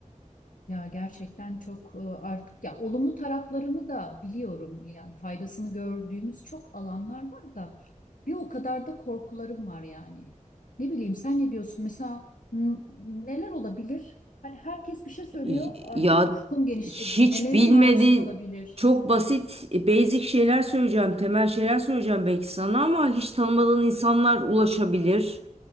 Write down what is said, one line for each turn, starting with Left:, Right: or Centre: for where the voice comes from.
Left: Ya gerçekten çok e, artık ya olumlu taraflarını da biliyorum. Yani faydasını gördüğümüz çok alanlar var da bir o kadar da korkularım var yani. Ne bileyim sen ne diyorsun? Mesela n- neler olabilir? Hani herkes bir şey söylüyor.
Right: Y-
Left: Artık
Right: Ya
Left: ufkum genişledi.
Right: hiç
Left: Nelere
Right: bilmediğin
Left: maruz kalabilir?
Right: çok basit e, basic şeyler söyleyeceğim, temel şeyler söyleyeceğim belki sana ama hiç tanımadığın insanlar ulaşabilir.